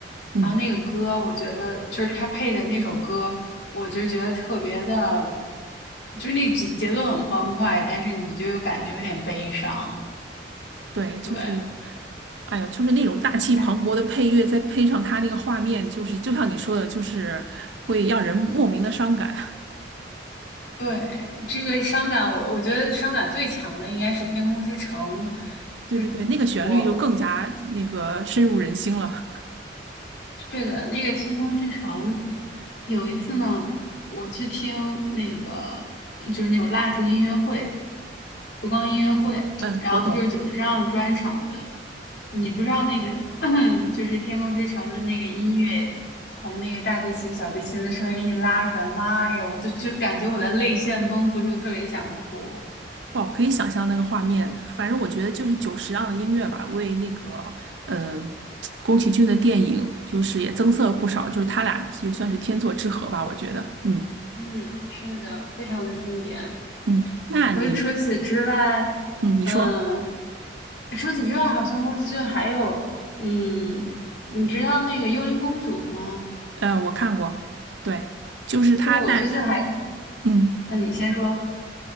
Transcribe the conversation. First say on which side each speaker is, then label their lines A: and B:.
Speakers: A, on the right; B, on the left.
A: 嗯，
B: 然后那个歌，我觉得就是他配的那首歌，我就觉得特别的，就是那节节奏很欢快，但是你就又感觉有点悲伤。
A: 对，就是，
B: 对，
A: 哎呀，就是那种大气磅礴的配乐，
B: 哎，
A: 再配上他那个画面，就是就像你说的，就是会让人莫名的伤感。<laughs>
B: 对，这个伤感我，我觉得伤感最强的应该是《天空之城》，
A: 对对对，
B: 就
A: 那个旋律就更加那个深入人心了。
B: 我对的，那个《天空之城》，有一次呢，我去听那个呃就是那种蜡烛音乐会、烛光音乐会，
A: 嗯，
B: 然后就是久石让专场的。
A: 我懂。
B: 你不知道那个 <coughs> <clears throat> 就是《天空之城》的那个音乐，从那个大提琴、小提琴的声音一拉出来，妈呀，我就就感觉我的泪腺绷不住，特别想哭。
A: 哇，可以想象那个画面。反正我觉得就是久石让的音乐吧，为那个嗯，宫崎骏的电影就是也增色了不少，就是他俩就算是天作之合吧，我觉得。嗯
B: 嗯，是的，非常的经典。
A: 嗯，那你
B: 我就除此之外，
A: 嗯你说，
B: 嗯。除此之外，好像宫崎骏还有，嗯，你知道那个《幽灵公主》吗？
A: 呃，我看过，对，就是他代
B: 其实我最近还，
A: 嗯
B: 那你先说。